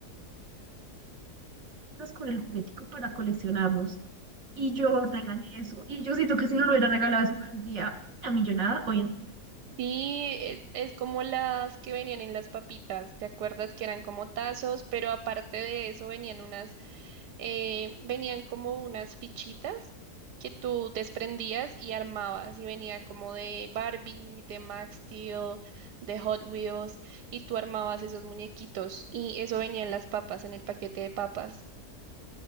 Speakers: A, on the right (about 55°); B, on the right (about 80°).
A: con el juguetico para coleccionarlos. Y yo regalé eso. Y yo siento que si no lo hubiera regalado eso, día una millonada hoy en
B: sí, es, es como las que venían en las papitas, ¿te acuerdas que eran como tazos? Pero aparte de eso venían unas eh, venían como unas fichitas que tú desprendías y armabas y venía como de Barbie, de Max Steel, de Hot Wheels y tú armabas esos muñequitos y eso venía en las papas, en el paquete de papas.